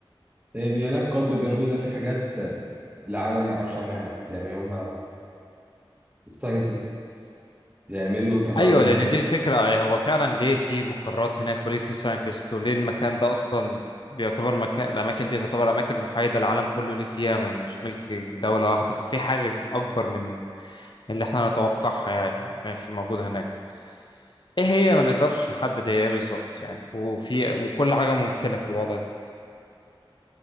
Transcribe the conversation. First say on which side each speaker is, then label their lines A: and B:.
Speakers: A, on the right; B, on the left.
A: يعني بيقول لك القطب الجنوبي ده في حاجات آه، العالم ما يعرفش عنها حاجة يعني هم الساينتست بيعملوا تجارب
B: ايوه
A: هناك
B: لان دي الفكره أي هو فعلا ليه في مقرات هناك وليه في ساينتست وليه المكان ده اصلا بيعتبر مكان الاماكن دي تعتبر اماكن محايده العالم كله اللي فيها ما- مش ملك دوله واحده في حاجه اكبر من من اللي احنا نتوقعها يعني ماشي موجوده هناك ايه هي ما نقدرش نحدد هي ايه بالظبط يعني وفي وكل حاجه ممكنه في الوضع ده